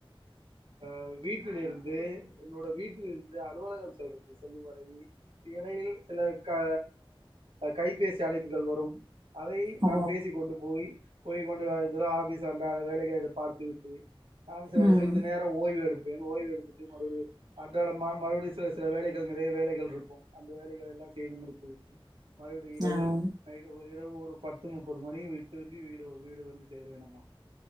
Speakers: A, on the right; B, on the right.
A: அ வீட்டில இருந்து என்னோட வீட்டில் இருந்து அலுவலகம் சொல்றது செல்லு வரை இடையில் சில கா கைபேசி அழைப்புகள் வரும் அதை
B: ஓ!
A: நான் பேசிக்க கொண்டு போய் போய்க் கொண்டு வது ஆபீஸ் வந்து வேலைகல பார்த்து விட்டு நான் சில
B: ம்.
A: சிறிது நேர் ஓய்வு எடுப்பேன் ஓய்வு எடுத்துட்டு மறுபடியு அன்றாட ம மறுப்டியு சில சில வேலைகள் நறைய வேலைகள் இருக்கும் அந்த வேலைகள் எல்லாம் செய்து முடித்து விட்டு மறுப்டி இரவு
B: ஆ.
A: இரவு ஒரு பத்து முப்பது மணி வீட்டுருந்து வீடு வீடு வந்து சேருவேணம்மா